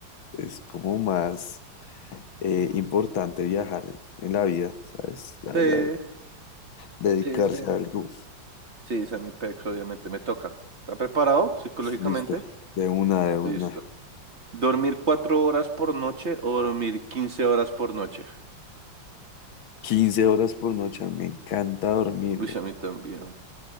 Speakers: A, on the left; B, on the right.
A: es como más eh, importante viajar en, en la vida, ¿sabes? La
B: Sí,
A: verdad, dedicarse
B: sí, sí.
A: a algo.
B: Sí, esa es mi pex, obviamente me toca. ¿Está preparado psicológicamente?
A: Listo, de una, de
B: Listo.
A: una.
B: ¿Dormir cuatro horas por noche o dormir quince horas por noche?
A: quince horas por noche, me encanta dormir,
B: Uy,
A: güey,
B: sí, a mí también.